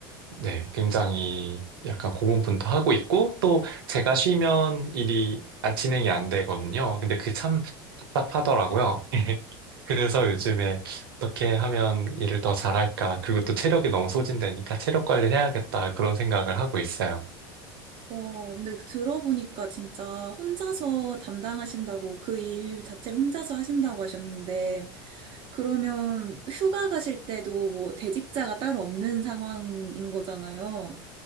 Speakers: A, on the right (about 75°); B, on the right (about 45°).
A: 네, 굉장히 약간 고군분투하고 있고, 또 제가 쉬면 일이 안- 진행이 안 되거든요. 근데 그게 참 답답하더라고요. <laughs> 그래서 요즘에 어떻게 하면 일을 더 잘할까, 그리고 또 체력이 너무 소진되니까 체력 관리를 해야겠다, 그런 생각을 하고 있어요.
B: 와, 근데 들어보니까 진짜 혼자서 담당하신다고 그 일 자체를 혼자서 하신다고 하셨는데, 그러면 휴가 가실 때도 뭐 대직자가 따로 없는 상황인 거잖아요.